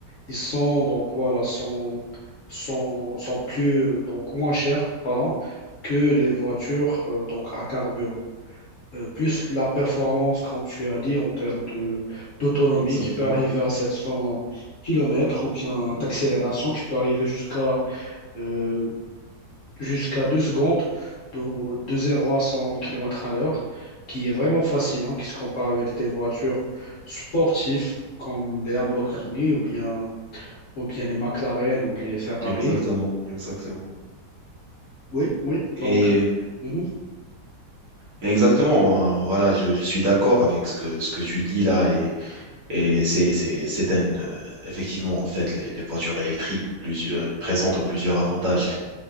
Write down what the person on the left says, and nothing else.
ils sont donc voilà sont sont sont plus euh, donc moins chers pardon que les voitures euh, donc à carburant. Euh, plus la performance comme tu as dit en termes de d'autonomie
qui peut arriver à 700 kilomètres ou bien d'accélération qui peut arriver jusqu'à euh, jusqu'à 2 secondes de, de 0 à 100 km à l'heure qui est vraiment fascinant qui se compare avec des voitures sportives comme les Lamborghini ou bien ou bien les McLaren ou les Ferrari.
Oui, oui, donc,
mhm,